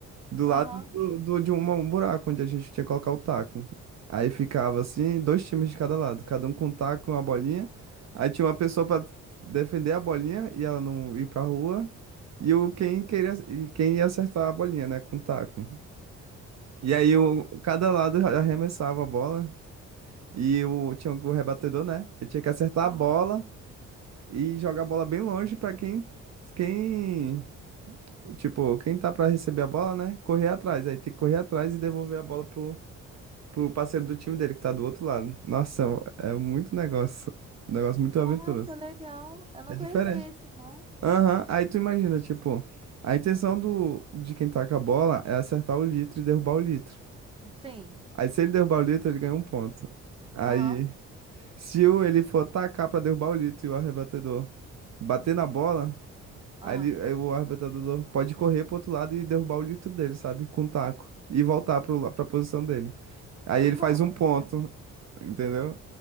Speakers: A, on the right; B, on the right.
A: Do lado
B: aham.
A: do, do- de uma- um buraco onde a gente tinha que colocar o taco. Aí ficava assim, dois times de cada lado, cada um com um taco e uma bolinha. Aí tinha uma pessoa pra defender a bolinha e ela não ir pra rua. E o quem queria e quem ia acertar a bolinha, né, com o taco. E aí
B: Não,
A: o, cada lado arremessava a bola e o tinha o rebatedor, né? Ele tinha que acertar
B: aham.
A: a bola e jogar a bola bem longe pra quem, quem, tipo, quem tá pra receber a bola, né? Correr atrás. Aí tem que correr atrás e devolver a bola pro, pro parceiro do time dele que tá do outro lado. Nossa, é muito negócio. Um negócio muito aventuroso.
B: Nossa, legal. Eu não
A: É diferente.
B: conhecia esse, não.
A: Aham, Aí tu imagina, tipo, a intenção do, de quem tá com a bola é acertar o litro e derrubar o litro.
B: Sim,
A: Aí se ele derrubar o litro, ele ganha um ponto. Aí,
B: aham,
A: se o, ele for tacar pra derrubar o litro e o arrebatedor bater na bola,
B: ah.
A: Aí, ele- aí o arrebentador pode correr pro outro lado e derrubar o litro dele, sabe? Com o taco. E voltar pro, la- pra posição dele. Aí
B: <laughs>
A: ele faz
B: Olha,
A: um ponto, entendeu?